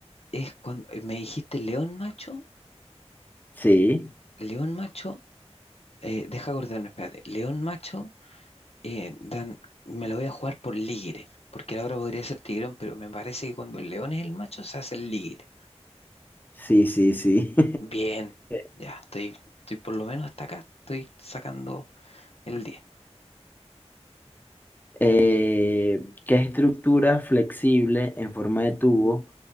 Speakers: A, on the left; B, on the left.
A: es cuando, eh, me dijiste león macho,
B: Sí,
A: león macho, eh, deja acordarme, espérate, león macho, eh, dan, me lo voy a jugar por ligre, porque ahora podría ser tigrón, pero me parece que cuando el león es el macho se hace el ligre.
B: sí, sí, sí.
A: Bien,
B: <laughs>
A: ya, estoy, estoy por lo menos hasta acá, estoy sacando el 10.
B: Eh, ¿qué estructura flexible en forma de tubo